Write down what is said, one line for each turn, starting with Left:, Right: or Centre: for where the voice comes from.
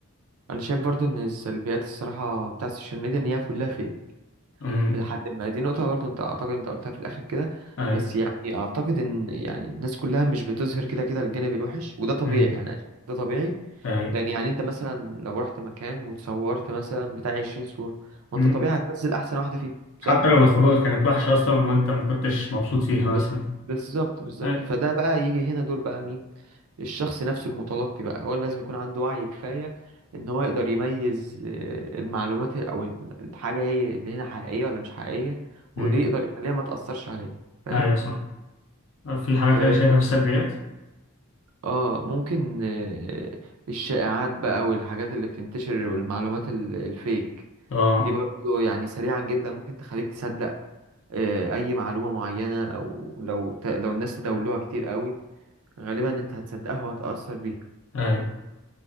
Right: انا شايف برضو ان السلبيات الصراحة بتاعت السوشيال ميديا ان هي كلها فيك
Left: أمم،
Right: لحد ما دي نقطة برضو انت اعتقد انت قلتها في الاخر كده
Left: اي
Right: بس يعني اعتقد ان يعني الناس كلها مش بتظهر كده كده الجانب الوحش وده طبيعي
Left: أمم،
Right: يعني أنا شايف ده طبيعي
Left: اي
Right: لان يعني انت مثلا لو رحت مكان وتصورت مثلا بتاع 20 صورة ما
Left: أمم.
Right: انت طبيعي هتنزل احسن واحدة فيهم
Left: حتى
Right: صح؟
Left: لو الخروجة كانت وحشة اصلا وانت ما كنتش مبسوط فيها
Right: بس
Left: مثلا
Right: بالظبط بالظبط
Left: اي
Right: فده بقى يجي هنا دور بقى مين؟ الشخص نفسه المتلقي بقى هو اللي لازم يكون عنده وعي كفاية ان هو يقدر يميز آه، المعلومات او الحاجة هي اللي هنا حقيقية ولا مش حقيقية ودي
Left: أمم،
Right: يقدر يخليها ما تأثرش عليه فاهم
Left: ايوه صح في حاجة
Right: اه
Left: تانية شايفها في السلبيات؟
Right: آه، ممكن آه، الشائعات بقى والحاجات اللي بتنتشر والمعلومات ال- الفيك
Left: اه
Right: دي برضو يعني سريعا جدا ممكن تخليك تصدق آه، اي معلومة معينة او لو ت- لو الناس تداولوها كتير قوي غالبا انت هتصدقها وهتأثر بيها
Left: اي